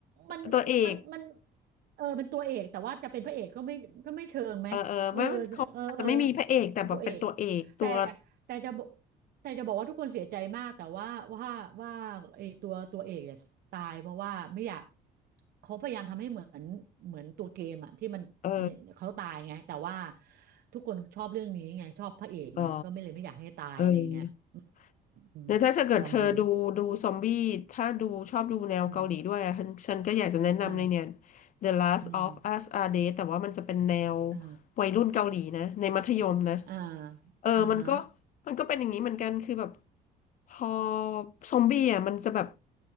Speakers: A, on the left (about 50°); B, on the right (about 65°).
A: <laughs>
B: มันมันมัน
A: ตัวเอก
B: เออเป็นตัวเอกแต่ว่าจะเป็นพระเอกก็ไม่ก็ไม่เชิงไหมเออ
A: เออเออไม่มันเขาอาจจะไม่มีพระเอกแต่แบบเป็นตัวเอกตัว
B: เออเออเป็นตัวเอกแต่แต่จะบอกแต่จะบอกว่าทุกคนเสียใจมากแต่ว่าว่าว่าไอ้ตัวตัวเอกเนี่ยตายเพราะว่าไม่อยากเขาพยายามทำให้เหมือนเหมือนตัวเกมอะที่มันเนี่ยเขาตายไงแต่ว่า
A: เออ
B: ทุกคนชอบเรื่องนี้ไงชอบพระเอกไงก็ไม่เลยไม่อยากให้ตายอะไรเงี้ย
A: อ๋อเออ
B: อืมลองดู
A: เดี๋ยวถ้าเกิดเธอดูดูซอมบี้ถ้าดูชอบดูแนวเกาหลีด้วยอะฉันฉันก็อยากจะแนะนำเลยเนี่ย
B: อืม อ่า
A: The Last
B: อืม
A: of Us Are Dead แต่ว่ามันจะเป็นแนว
B: อ่า
A: วัยรุ่นเกาหลีนะในมัธยมนะ
B: อ่า
A: เออมันก็
B: อ่าฮะ
A: มันก็เป็นอย่างนี้เหมือนกันคือแบบพอซอมบี้อ่ะมันจะแบบ